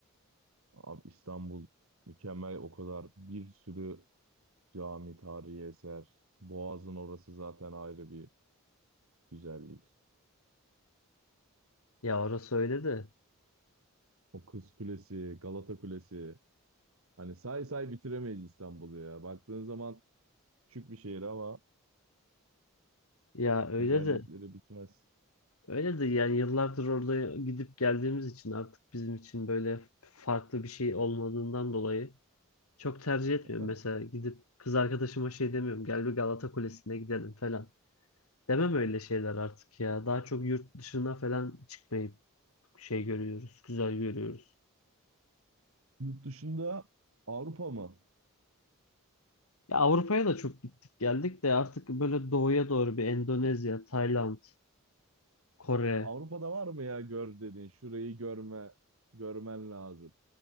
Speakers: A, on the right; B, on the left.
A: Abi İstanbul mükemmel o kadar bir sürü cami, tarihi eser. Boğaz'ın orası zaten ayrı bir güzellik.
B: Ya orası öyle de.
A: O Kız Kulesi, Galata Kulesi. Hani say say bitiremeyiz İstanbul'u ya. Baktığın zaman küçük bir şehir ama
B: Ya öyle
A: güzellikleri
B: de.
A: bitmez.
B: Öyle de yani yıllardır orada gidip geldiğimiz için artık bizim için böyle farklı bir şey olmadığından dolayı çok tercih etmiyorum.
A: Ya tabii
B: Mesela gidip kız arkadaşıma şey demiyorum gel bir Galata Kulesi'ne gidelim falan. Demem öyle şeyler artık ya. Daha çok yurt dışına falan çıkmayı şey görüyoruz, güzel görüyoruz.
A: Yurt dışında Avrupa mı?
B: Ya Avrupa'ya da çok gittik geldik de artık böyle doğuya doğru bir Endonezya, Tayland, Kore.
A: Avrupa'da var mı ya gör dediğin, şurayı görme, görmen lazım